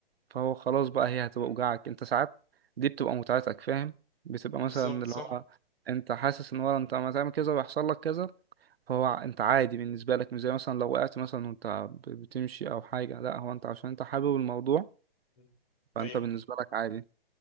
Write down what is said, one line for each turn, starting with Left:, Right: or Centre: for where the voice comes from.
Right: فهو خلاص بقى هي هتبقى
Left: مم.
Right: وجعك انت ساعات دي بتبقى متعتك فاهم بتبقى مثلا
Left: بالظبط
Right: اللي
Left: صح
Right: هو انت حاسس ان هو انت ما تعمل كذا ويحصل لك كذا فهو انت عادي بالنسبه لك مش زي مثلا لو وقعت مثلا وانت ب- بتمشي او حاجه لا هو انت عشان انت حابب الموضوع
Left: مم.
Right: فانت
Left: ايوه
Right: بالنسبه لك عادي